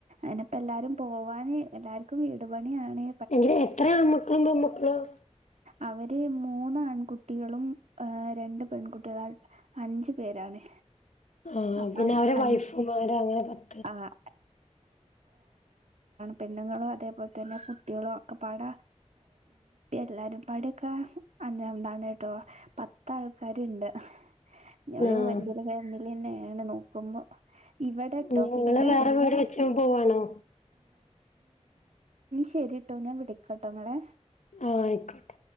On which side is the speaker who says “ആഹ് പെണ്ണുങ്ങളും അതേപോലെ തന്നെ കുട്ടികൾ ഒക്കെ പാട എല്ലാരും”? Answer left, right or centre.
Right